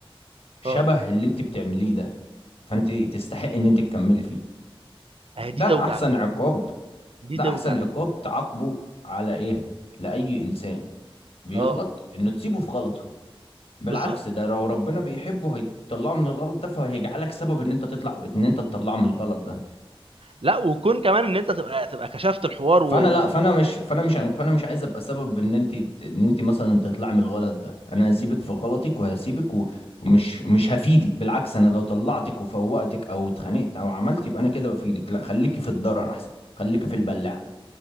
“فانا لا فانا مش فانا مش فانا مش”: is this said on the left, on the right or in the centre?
Left